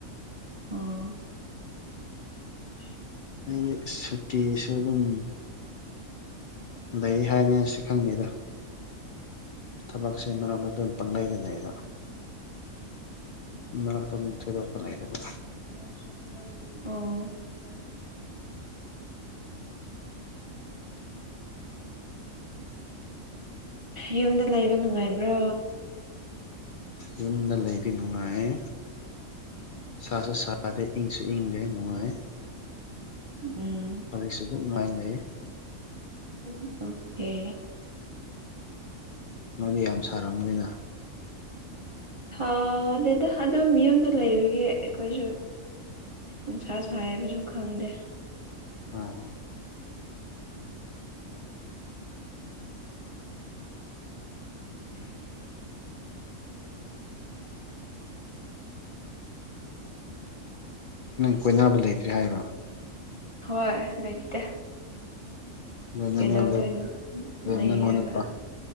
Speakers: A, on the right (about 30°); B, on the left (about 75°).
A: ꯑꯣ <unintelligible>
B: ꯑꯩꯗꯤ ꯁꯨꯇꯤꯁꯨ ꯑꯗꯨꯝ ꯂꯩ ꯍꯥꯏꯔꯅꯤ ꯑꯩꯁꯨ ꯈꯪꯗꯦꯗ ꯊꯕꯛꯁꯦ ꯃꯔꯛ ꯃꯔꯛꯇ ꯑꯗꯨꯝ ꯄꯪꯂꯩꯗ ꯂꯩꯌꯦꯕ
A: ꯎꯥ
B: ꯃꯔꯛꯇ ꯑꯃꯨꯛ ꯊꯣꯏꯗꯣꯛꯄ ꯂꯩꯇꯕ
A: ꯌꯨꯝꯗ ꯂꯩꯕ ꯅꯨꯡꯉꯥꯏꯕ꯭ꯔꯥ
B: ꯌꯨꯝꯗ ꯂꯩꯔꯤ ꯅꯨꯡꯉꯥꯏꯌꯦ ꯁꯥ ꯁꯁꯨ ꯁꯥꯗꯦ ꯏꯪꯁꯨ ꯏꯪꯅꯦꯦ ꯅꯅꯨꯡꯉꯥꯏ
A: ꯎꯝꯝ ꯎꯝ
B: ꯍꯧꯖꯤꯛꯁꯦ ꯑꯗꯨꯝ ꯉꯥꯏꯅ ꯂꯩꯌꯦ
A: ꯎ ꯍꯦ
B: ꯅꯪꯗꯤ ꯌꯥꯝ ꯁꯥꯔꯝꯕꯅꯤꯅ
A: ꯑꯗꯨꯗ ꯑꯗꯨꯝ ꯌꯨꯝꯗ ꯂꯩꯕꯒꯤ ꯑꯩꯈꯣꯏꯁꯨ ꯎꯟꯁꯥ ꯁꯥꯏꯕꯁꯨ ꯈꯪꯗꯦ
B: ꯎꯝ ꯅꯪ ꯀꯣꯏꯅꯕ ꯂꯩꯇ꯭꯭ꯔꯔꯤ ꯍꯥꯏꯔꯣ
A: ꯍꯣꯏ ꯂꯩꯇꯦ
B: ꯑꯗꯨ
A: ꯀꯩꯗꯧꯗꯣꯏꯅꯣ
B: ꯅꯪꯉꯣꯟꯗ
A: ꯂꯩꯔꯒ
B: ꯅꯪꯉꯣꯟꯗ